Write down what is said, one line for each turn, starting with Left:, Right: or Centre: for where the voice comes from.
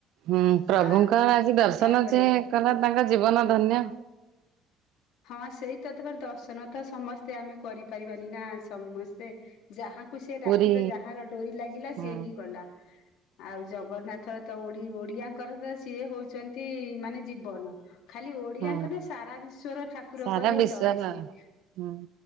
Right: ହୁଁ ପ୍ରଭୁଙ୍କ
Left: ଆଉ
Right: ଆଜି ଦର୍ଶନ
Left: ତାପରେ
Right: ଯେ କଲା ତାଙ୍କ ଜୀବନ ଧନ୍ୟ।
Left: ହଁ ସେଇ ତ ତପ ଦର୍ଶନ ତ ସମସ୍ତେ ଆମେ କରିପାରିବାନି ନା ସମସ୍ତେ ଯାହାଙ୍କୁ ସିଏ
Right: ପୁରୀ
Left: ଡାକିବେ ଯାହାର ଡୋରି ଲାଗିଲା
Right: ହୁଁ
Left: ସିଏ ହିଁ ଗଲା। ଆଉ ଜଗନ୍ନାଥ ତ ଓଡି- ଓଡିଆଙ୍କର ତ ସିଏ ହଉଚନ୍ତି ମାନେ ଜୀବନ। ଖାଲି ଓଡିଆଙ୍କର
Right: ହୁଁ
Left: ନା ସାରା ବିଶ୍ଵର ଠାକୁର
Right: ସାରା
Left: କହିଲେ
Right: ବିଶ୍ଵର
Left: ଚଳେ ସିଏ।
Right: ହୁଁ।